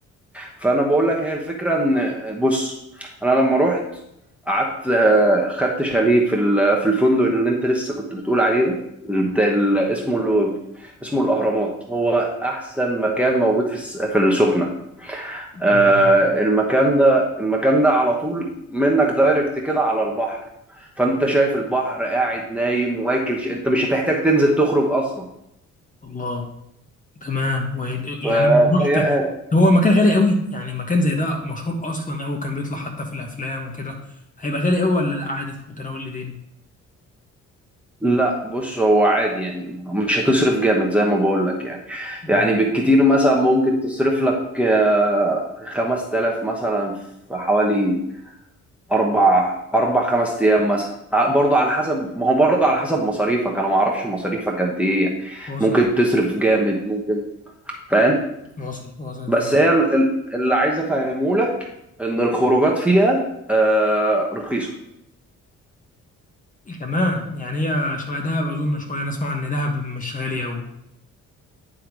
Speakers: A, in the centre; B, on the left.
A: فانا بقول لك هي الفكره ان بص انا لما رحت قعدت آه، خدت شاليه في ال- في الفندق اللي انت لسه كنت بتقول عليه ده بتاع ال- اسمه ال- اسمه الاهرامات هو احسن مكان موجود في الس- في السخنه آه،
B: تمام
A: المكان ده المكان ده على طول منك دايركت كده على البحر فانت شايف البحر قاعد نايم واكل ش... انت مش هتحتاج تنزل تخرج اصلا
B: الله تمام و... يعني
A: فهي
B: انا لو رحت هو مكان غالي قوي يعني مكان زي ده مشهور اصلا قوي كان بيطلع حتى في الافلام وكده هيبقى غالي قوي ولا لا عادي في متناول الايدين
A: لا بص هو عادي يعني مش هتصرف جامد زي ما بقول لك يعني
B: تمام
A: يعني بالكتير مثلا ممكن تصرف لك آه، خمس تلاف مثلا في حوالي أربع أربع خمس أيام مثلا ع- برضه على حسب ما هو برضه على حسب مصاريفك أنا ما أعرفش مصاريفك قد إيه يعني
B: واصل
A: ممكن تصرف جامد ممكن فاهم
B: واصل واصل
A: بس
B: تمام
A: هي ال- ال- اللي عايز أفهمه لك إن الخروجات فيها آه، رخيصة
B: كمان يعني هي شبه دهب اظن شويه انا اسمع ان دهب مش غالي قوي